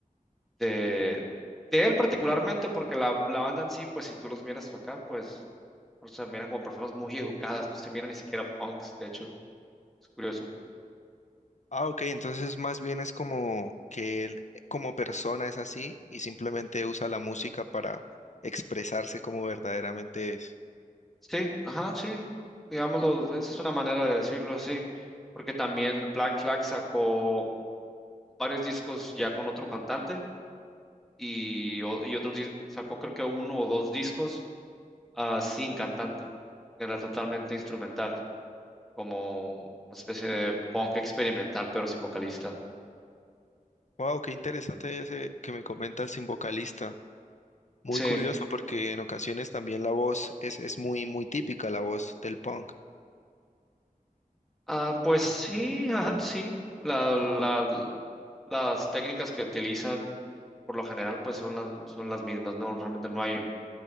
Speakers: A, in the centre; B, on the left.
A: de, de él particularmente, porque la, la banda en sí, pues si tú los miras tocar, pues o sea, miran como personas muy educadas, no se miran ni siquiera punks, de hecho, es curioso.
B: Ah, ok, entonces más bien es como que él como persona es así y simplemente usa la música para expresarse como verdaderamente es.
A: Sí, ajá, sí, digámoslo, esa es una manera de decirlo así, porque también Black Flag sacó varios discos ya con otro cantante y, o- y otros dis- sacó creo que uno o dos discos ah, sin cantante, que era totalmente instrumental, como una especie de punk experimental, pero sin vocalista.
B: Wow, qué interesante ese que me comentas sin vocalista. Muy
A: Sí,
B: curioso porque en ocasiones también la voz es, es muy, muy típica la voz del punk.
A: ah, pues sí, ajá, sí, la, la- las técnicas que utilizan por lo general pues son las, son las mismas, ¿no? Realmente no hay